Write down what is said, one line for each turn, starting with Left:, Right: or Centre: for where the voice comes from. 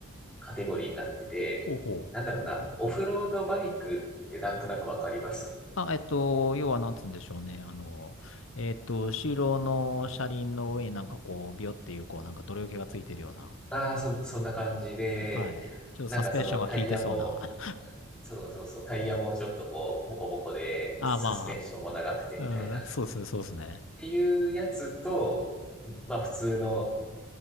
Centre: カテゴリーになってて、
Left: ほうほう。
Centre: なんだろうな、
Left: ほうほうほう。
Centre: オフロードバイクってなんとなくわかります
Left: あ、えっと、要はなんつうんでしょうね。あの、えっと、後ろの車輪の上になんかこう、ビヨっていう、こう、なんか泥除けがついてるような。
Centre: ああー、そ、そんな感じで、
Left: はい。ちょっとサスペンションが効いてそうな。
Centre: なんかそのタイヤも、そうそうそう、タイヤもちょっとこう、ボコボコで、
Left: <laughs> あ、
Centre: サスペンションも長くてみたいな、
Left: まあ、うん、そうですね、
Centre: っ
Left: そうですね。
Centre: ていうやつと、まあ普通の、